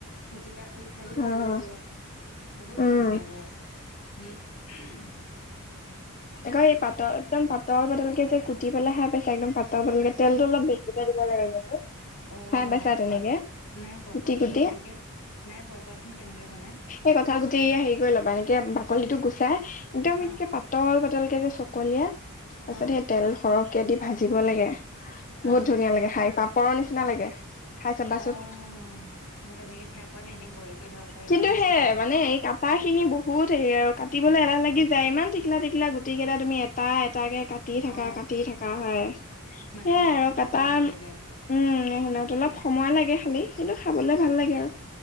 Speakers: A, on the left (about 70°); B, on the left (about 35°).
A: পিটিকা কৰি খাইও ভাল
B: অ',
A: লাগে, বহুত
B: উম।
A: ধুনীয়া লাগে। হম
B: আক এই পাতল একদম পাতল পাতলকে যে কুটি পেলাই খাই পাইচা, একদম পাতল- পাতল কে তেলটো অলপ বেছিকে দিব লাগে কিন্তু।
A: অ'
B: খাই পাইছা
A: নাই
B: তেনেকে
A: পোৱা, নাই পোৱা
B: কুটি
A: কোৱাচোন
B: কুটি?
A: কেনেকে নাই পোৱা কোৱাচোন কেনেকে বনাই
B: এইে কথাল গুটি হেৰি কৰি ল'বা এনেকে বাকলিটো গুচাই একদম
A: অ
B: এককে পাতল পাতলকে যে চকলীয়া তাৰ
A: অ
B: পিছত সেই তেল সৰহকে দি ভাজিব লাগে। বহুত
A: অ
B: ধুনীয়া লাগে খাই পাপৰৰ নিচিনা লাগে। খাই চাবাচোন
A: অ' মই তেনেকে খাই পোৱা নাই এনে বইল কৰি ধৰক কৰি
B: কিন্তু
A: বনাইছো
B: সে
A: বা
B: মানে এই কটা খিনি বহুত হেৰি আৰু কাতা কুটিবলৈ এলাহ লাগি যায় ইমান টিকলা টিকলা গুটিগেতা তুমি এটা এটাকে কাটি থকা
A: অ
B: কাটি থকা হয়
A: মানে
B: সেইয়াই
A: মেহনত
B: আৰু কটা
A: কৰিব লাগে।
B: উম <unintelligible> অলপ সময় লাগে খালি কিন্তু খাবলে ভাল লাগে আৰু।